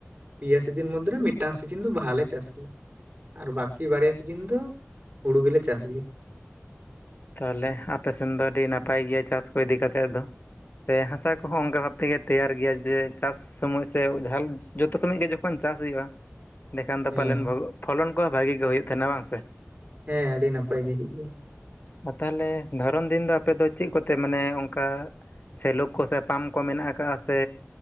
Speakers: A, on the right (about 30°); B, on the left (about 40°).
A: ᱯᱮᱭᱟ ᱥᱤᱡᱤᱱ ᱢᱚᱫᱽ ᱢᱤᱫᱴᱟᱝ ᱥᱤᱡᱤᱱ ᱫᱚ ᱵᱟᱦᱟ ᱞᱮ ᱪᱟᱥ ᱜᱮᱭᱟ ᱟᱨ ᱵᱟᱠᱤ ᱵᱟᱨᱭᱟ ᱥᱤᱡᱤᱱ ᱫᱚ ᱦᱩᱲᱩ ᱜᱮᱞᱮ ᱪᱟᱥ ᱜᱮᱭᱟ
B: ᱛᱟᱦᱚᱞᱮ ᱟᱯᱮ ᱥᱮᱱ ᱫᱚ ᱟᱹᱰᱤ ᱱᱟᱯᱟᱭ ᱜᱮᱭᱟ ᱪᱟᱥ ᱠᱚ ᱤᱫᱤ ᱠᱟᱛᱮᱫ ᱫᱚ ᱥᱮ ᱦᱟᱥᱟ ᱠᱚᱦᱚᱸ ᱚᱱᱠᱟ ᱵᱷᱟᱵ ᱛᱮᱜᱮ ᱛᱮᱭᱟᱨ ᱜᱮᱭᱟ ᱡᱮ ᱪᱟᱥ ᱥᱳᱚᱢᱚᱭ ᱥᱮ ᱡᱟᱦᱟᱸ ᱡᱚᱛᱚ ᱥᱚᱢᱚᱭ ᱜᱮ ᱡᱚᱠᱷᱚᱱ ᱪᱟᱥ ᱦᱩᱭᱩᱜᱼᱟ ᱮᱸᱱᱮᱠᱷᱟᱱ ᱫᱚ
A: ᱦᱮᱸ
B: ᱯᱟᱞᱮᱱ ᱯᱷᱚᱞᱚᱱ ᱠᱚᱦᱚᱸ ᱵᱷᱟᱜᱤ ᱜᱮ ᱦᱩᱭᱩᱜ ᱛᱟᱦᱮᱱᱟ ᱵᱟᱝ ᱥᱮ
A: ᱦᱮᱸ ᱟᱹᱰᱤ ᱱᱟᱯᱟᱭ ᱜᱮ ᱦᱩᱭᱩᱜ ᱜᱮᱭᱟ
B: ᱛᱟᱦᱚᱞᱮ ᱫᱷᱟᱨᱚᱱ ᱫᱤᱱ ᱫᱚ ᱟᱯᱮ ᱫᱚ ᱪᱮᱫ ᱠᱚᱛᱮ ᱢᱟᱱᱮ ᱚᱱᱠᱟ ᱥᱮᱞᱳ ᱠᱚᱥᱮ ᱯᱟᱢᱯ ᱠᱚ ᱢᱮᱱᱟᱜ ᱟᱠᱟᱜ ᱥᱮ